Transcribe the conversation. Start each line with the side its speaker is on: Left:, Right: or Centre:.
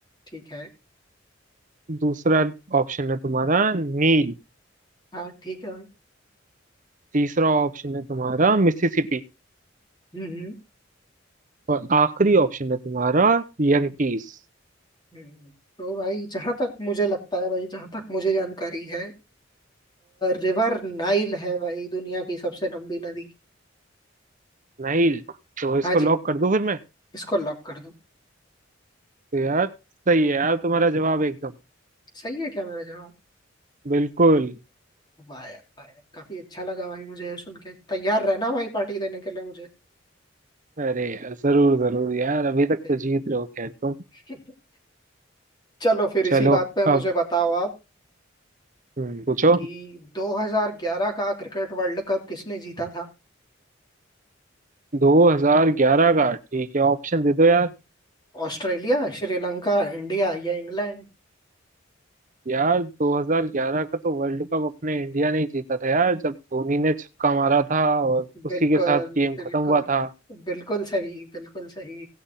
Left: ठीक है
Right: दूसरा ऑप्शन है तुम्हारा नील
Left: हाँ ठीक है भाई
Right: तीसरा ऑप्शन है तुम्हारा मिसिसिपी
Left: हम्म हम्म
Right: और आखिरी ऑप्शन है तुम्हारा यंकीस
Left: हम्म। हम्म। तो भाई जहां तक मुझे लगता है भाई जहां तक मुझे जानकारी है रिवर नाइल है भाई दुनिया की सबसे लंबी नदी
Right: नाइल तो इसको
Left: हाँ जी
Right: लॉक कर दूं फिर मैं
Left: इसको लॉक कर दो
Right: तो यार सही है यार तुम्हारा जवाब एकदम
Left: सही है क्या मेरा जवाब
Right: बिल्कुल
Left: वाह यार वाह यार काफी अच्छा लगा भाई मुझे ये सुन के तैयार रहना भाई पार्टी देने के लिए मुझे
Right: अरे जरूर जरूर यार अभी तक
Left: ठीक।
Right: तो जीत रहे हो खैर तुम
Left: <laughs> चलो फिर इसी
Right: चलो
Left: बात पे मुझे
Right: अब
Left: बताओ आप
Right: हम्म, पूछो
Left: कि 2011 का क्रिकेट वर्ल्ड कप किसने जीता था
Right: 2011 का ठीक है ऑप्शन दे दो यार
Left: ऑस्ट्रेलिया श्रीलंका इंडिया या इंग्लैंड
Right: यार 2011 का तो वर्ल्ड कप अपने इंडिया ने ही जीता था यार जब धोनी ने छक्का मारा था और उसी
Left: बिल्कुल
Right: के साथ गेम
Left: बिल्कुल
Right: खत्म हुआ था
Left: बिल्कुल सही बिल्कुल सही